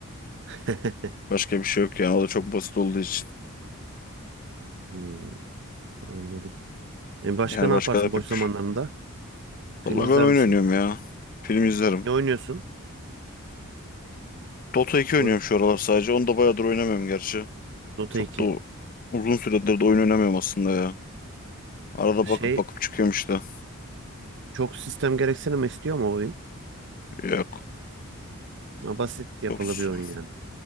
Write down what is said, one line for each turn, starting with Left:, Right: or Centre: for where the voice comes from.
Right: <laughs>
Left: başka bir şey yok yani. O da çok basit olduğu için.
Right: Hmm, anladım. E başka
Left: Yani
Right: ne
Left: başka
Right: yaparsın
Left: da pek
Right: boş zamanlarında?
Left: bir şey.
Right: Film
Left: Valla
Right: izler
Left: ben oyun
Right: misin?
Left: oynuyorum ya. Film izlerim.
Right: Ne oynuyorsun?
Left: Dota 2
Right: Oy-
Left: oynuyorum şu aralar sadece. Onu da bayağıdır oynamıyorum gerçi.
Right: Dota
Left: Çok
Right: 2.
Left: da uzun süredir de oyun oynamıyorum aslında ya. Arada
Right: Şey
Left: bakıp bakıp çıkıyormuş da.
Right: çok sistem gereksinimi istiyor ama oyun.
Left: Yok.
Right: Ha, basit yapılı
Left: Çok s-
Right: bir oyun yani.